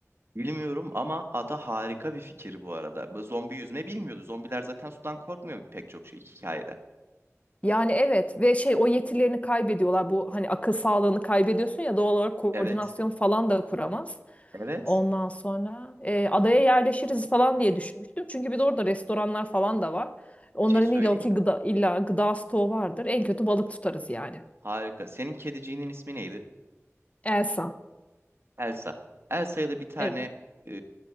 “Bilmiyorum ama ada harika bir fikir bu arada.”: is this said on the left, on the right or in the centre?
Right